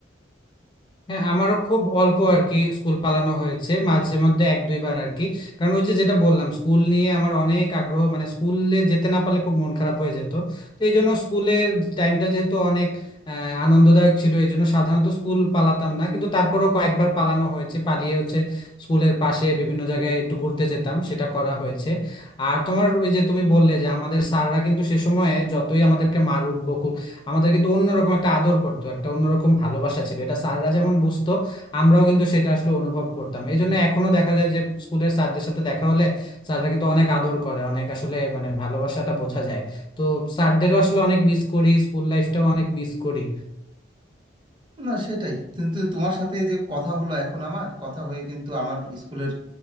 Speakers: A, on the left; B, on the right.
A: হ্যাঁ আমারও খুব অল্প আর কি স্কুল পালানো হয়েছে মাঝে মধ্যে এক দুইবার আর কি কারণ ওই যে যেটা বললাম স্কুল নিয়ে আমার অনেক আগ্রহ মানে স্কুলে যেতে না পারলে খুব মন খারাপ হয়ে যেত তো এই জন্য স্কুলের টাইমটা যেহেতু অনেক আহ, আনন্দদায়ক ছিল এই জন্য সাধারণত স্কুল পালাতাম না কিন্তু তারপরেও কয়েকবার পালানো হয়েছে পালিয়ে হচ্ছে স্কুলের পাশে বিভিন্ন জায়গায় একটু ঘুরতে যেতাম সেটা করা হয়েছে আর তোমার ওই যে তুমি বললে যে আমাদের স্যাররা কিন্তু সে সময়ে যতই আমাদেরকে মারুক বকুক আমাদের কিন্তু অন্যরকম একটা আদর করতো একটা অন্যরকম ভালোবাসা ছিল এটা স্যাররা যেমন বুঝতো আমরাও কিন্তু সেটা আসলে অনুভব করতাম এই জন্য এখনো দেখা যায় যে স্কুলের স্যারদের সাথে দেখা হলে স্যাররা কিন্তু অনেক আদর করে অনেক আসলে মানে ভালোবাসাটা বোঝা যায় তো স্যারদেরও আসলে অনেক মিস করি স্কুল লাইফটাও অনেক মিস করি
B: না সেটাই কিন্তু তোমার সাথে এই যে কথা হলো এখন আমার কথা হয়ে কিন্তু আমার স্কুলের